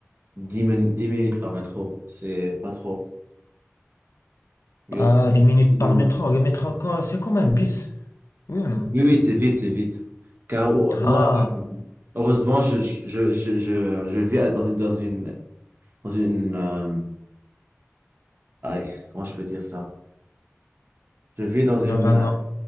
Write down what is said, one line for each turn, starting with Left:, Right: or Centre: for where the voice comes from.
Right: dix min- dix minutes par métro. C'est pas trop. Oui,
Left: Ah, 10 minutes
Right: 10 minutes.
Left: par métro. Le métro, quoi, c'est comme un bus. Oui ou non?
Right: Oui, oui, c'est vite, c'est vite. Car euh,
Left: Ah,
Right: moi, euh, heureusement, je, je, je, je, je vis dans une, dans une, dans une euh, aïe, comment je peux dire ça? Je vis dans une,
Left: dans un,
Right: euh,
Left: en-